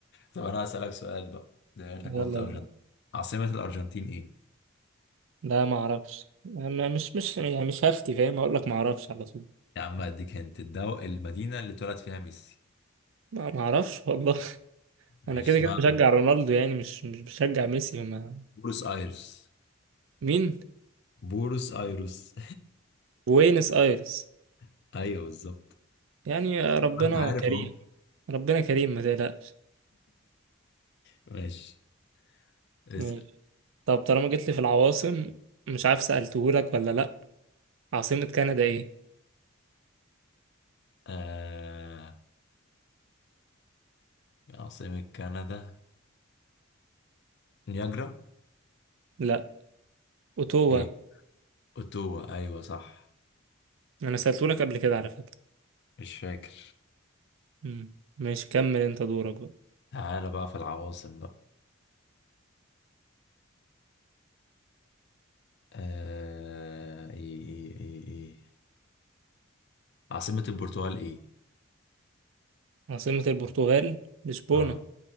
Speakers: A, on the left; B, on the right.
A: طب أنا هسألك سؤال بقى ده أنت
B: يلا
A: قلت الأرجنتين
B: بينا
A: عاصمة الأرجنتين إيه؟
B: لا ما اعرفش انا مش مش يعني مش هفتي فاهم هقول لك ما اعرفش على طول
A: يا عم اديك هنت الدو... المدينة اللي اتولد فيها ميسي
B: لا ما اعرفش والله <laughs>
A: ماشي
B: انا كده
A: اسمها
B: كده بشجع رونالدو يعني مش مش بشجع ميسي وما
A: بورس ايرس
B: مين
A: بورس ايرس
B: بوينس ايرس
A: <laughs> ايوه بالظبط
B: يعني ربنا
A: انت عارف
B: كريم
A: اهو
B: ربنا كريم ما تقلقش
A: <laughs> ماشي اسأل
B: ماشي. طب طالما جيت لي في العواصم مش عارف سألتهولك ولا لا عاصمة كندا ايه
A: آه... عاصمة كندا نياجرا
B: لا اوتوا
A: ايه اوتوا ايوه صح
B: انا سألتهولك قبل كده على فكرة
A: مش فاكر
B: مم. ماشي كمل انت دورك بقى
A: تعالى بقى في العواصم بقى آه... ايه ايه ايه ايه عاصمة البرتغال ايه
B: عاصمة البرتغال لشبونة
A: اه